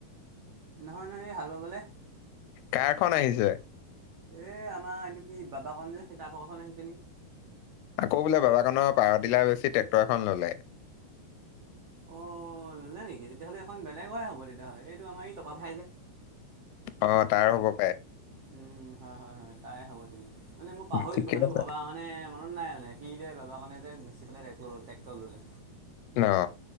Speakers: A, on the right; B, on the left.
A: নহয়, নহয় এ হাল বাবলে।
B: কাৰ খন আহিছে?
A: এ আমাৰ এইটো কি বাবাকণ যে, সেই তাৰ ভাগৰখন আহিছে নি?
B: আকৌ বোলে বাবাকানৰ পাৱাৰ ডিলাৰ বেছি ট্ৰেক্টৰ এখন ল'লে।
A: অ, ল'লে নেকি? তেতিয়াহ'লে এখন বেলেগৰে হ'ব তেতিয়াহ'লে। এইটো আমাৰ এই টপা ভাই যে
B: অ, তাৰ হ'ব পায়।
A: উম হয়, হয়, হয়। তাৰে হ'ব চাগে। মানে মই পাহৰিলোঁ
B: উম, ঠিকে
A: কথাটো
B: আছে
A: ভবা <unintelligible> নে মনত নাই মানে সি যে বাবাকণে যে বেছি পেলাই টেক-ট্ৰেক্টৰ ল'লে।
B: ন অ।